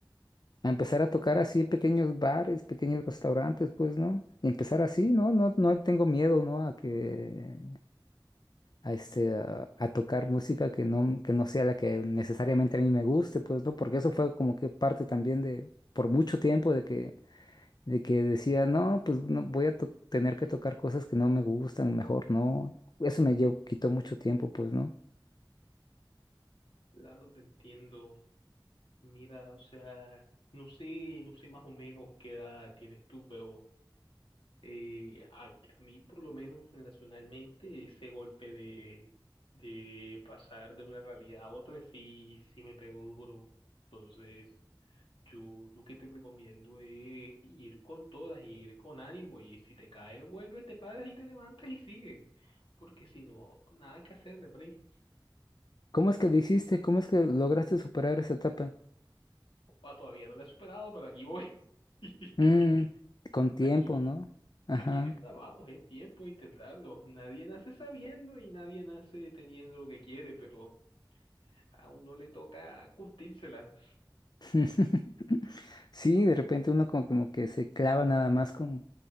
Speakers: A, on the left; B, on the left.
A: a empezar a tocar así pequeños bares, pequeños restaurantes, pues, ¿no? Y empezar así, ¿no? No, no tengo miedo, ¿no? A que, a este, a, a tocar música que no, que no sea la que necesariamente a mí me guste, pues, ¿no? Porque eso fue como que parte también de, por mucho tiempo de que, de que decía, no, pues, no, voy a to- tener que tocar cosas que no me gustan, mejor no. Eso me llevó, quitó mucho tiempo, pues, ¿no?
B: claro, te entiendo. Mira, o sea, no sé, no sé más o menos qué edad tienes tú, pero eh, a, a mí por lo menos generacionalmente ese golpe de, de pasar de una realidad a otra sí, sí me pegó duro. Entonces... Yo lo que te recomiendo es ir con todas, ir con ánimo y si te caes, vuelves, te paras y te levantas y sigue. Porque si no, nada que hacerle, Bray.
A: ¿Cómo es que lo hiciste? ¿Cómo es que lograste superar esa etapa?
B: pa todavía no la he superado, pero aquí voy. <laughs>
A: Mm, con tiempo,
B: Aquí,
A: ¿no? Ajá.
B: aquí en esta vamos, es tiempo de intentarlo. Nadie nace sabiendo y nadie nace teniendo lo que quiere, pero a uno le toca curtírsela.
A: <laughs> Sí, de repente uno como, como que se clava nada más con...